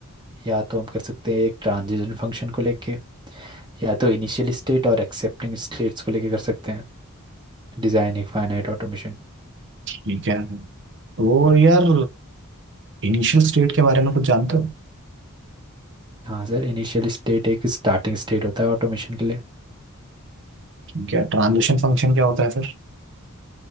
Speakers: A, on the right (about 20°); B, on the right (about 55°).
A: या तो हम कर सकते हैं एक ट्रांजिशन फंक्शन को लेके या तो इनिशियल स्टेट और एक्सेप्टिंग स्टेट्स को लेके कर सकते हैं डिज़ाइन एक फाइनाइट ऑटोमेशन
B: ठीक है तो यार इनिशियल स्टेट के बारे में कुछ जानते हो
A: हाँ सर इनिशियल स्टेट एक स्टार्टिंग स्टेट होता है ऑटोमेशन के लिए
B: ठीक है ट्रांजिशन फंक्शन क्या होता है फिर